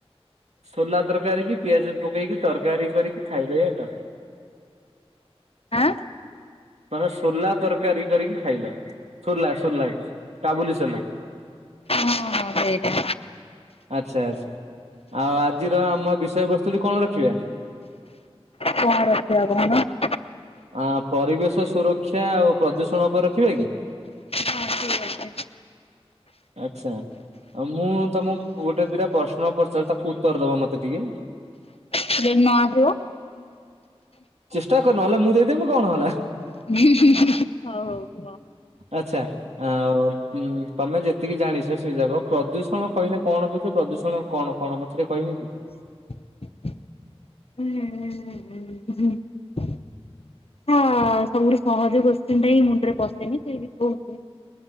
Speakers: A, on the right; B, on the left.
A: ସୋଲା ତରକାରୀ କି ପିଆଜ ପକେଇକି ତରକାରୀ କରିକି ଖାଇଦେଲ।
B: ଆଁ।
A: ତମେ ସୋଲା ତରକାରୀ କରିକି ଖାଇଲ। ସୋଲା ସୋଲା କାବୁଲି ସୋଲା।
B: ହଁ ହଁ ସେଇଟା।
A: ଆଚ୍ଛା ଆଚ୍ଛା ଆଉ ଆଜିର ଆମ ବିଷୟବସ୍ତୁଟି କଣ ରଖିବା।
B: କଣ ରଖିବା କହୁନ?
A: ଆ ପରିବେଶ ସୁରକ୍ଷା ଉ ପ୍ରଦୂଷଣ ଉପରେ ରଖିବା କି?
B: ହଁ ଠିକ ଅଛି।
A: ଆଚ୍ଛା ଆଉ ମୁଁ ତମକୁ ଗୋଟେ ଦିଇଟା ପ୍ରଶ୍ନ ପଚାରୁଚି ତାକୁ ଉତ୍ତର ଦବ ମତେ ଟିକେ।
B: ଯଦି ନ ଆସିବ?
A: ଚେଷ୍ଟା କର ନହେଲେ ମୁଁ ଦେଇଦେବି କଣ ହେଲା।
B: ହଉ ହଉ କୁଅ।
A: ଆଚ୍ଛା। ଆଉ ତମେ ଯେତିକି ଜାଣିଛ ସେ ଯାକ ପ୍ରଦୂଷଣ କହିଲେ କଣ ବୁଝ ପ୍ରଦୂଷଣ? କଣ କଣ ମତେ ଟିକେ କହିବ କି?
B: <inaudible> ହଁ ସବୁଠୁ ସହଜ କୋଶ୍ଚିନଟା ହିଁ ମୁଣ୍ଡରେ ପଶେନି ଫିର ବି କହୁଚି।